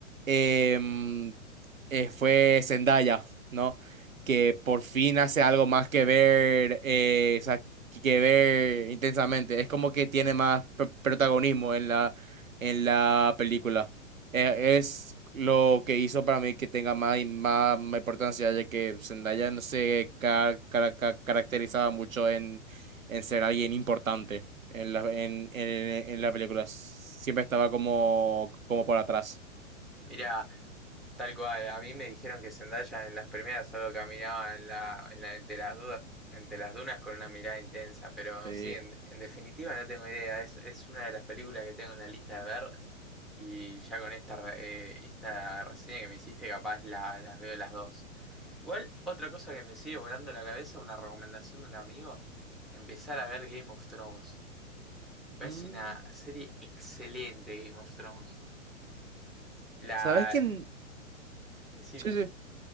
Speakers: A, on the right (about 85°); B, in the centre.
A: em, eh, fue Zendaya, ¿no? Que por fin hace algo más que ver, eh, o sea, que que ver intensamente. Es como que tiene más pr- protagonismo en la, en la película. Eh, es lo que hizo para mí que tenga más y más más importancia, ya que Zendaya no se ca- cara- ca- caracterizaba mucho en ser alguien importante en la, en, en, en la película. Siempre estaba como, como por atrás.
B: mirá, Tal cual, a mí me dijeron que Zendaya en las primeras solo caminaba en la, en la- entre las dudas, entre las dunas con una mirada intensa, pero
A: Sí.
B: sí, en, en definitiva no tengo idea, es, es una de las películas que tengo en la lista de ver y ya con esta, re- eh, esta reseña que me hiciste capaz la, las veo las dos. Igual, otra cosa que me sigue volando la cabeza, una recomendación de un amigo, empezar a ver Game of Thrones. Me parece
A: Mm,
B: una serie excelente Game of Thrones. La...
A: ¿Sabes quién?
B: Decime.
A: Sí, sí.